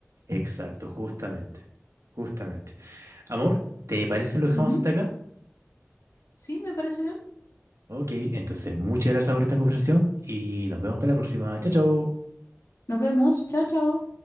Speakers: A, on the right (about 85°); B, on the left (about 80°).
A: Exacto, justamente. Justamente. Amor, ¿te parece si lo dejamos
B: Ujú.
A: hasta acá?
B: Sí, me parece bien.
A: Ok, entonces muchas gracias por esta conversación y nos vemos para la próxima. Chao, chao.
B: Nos vemos. Chao, chao.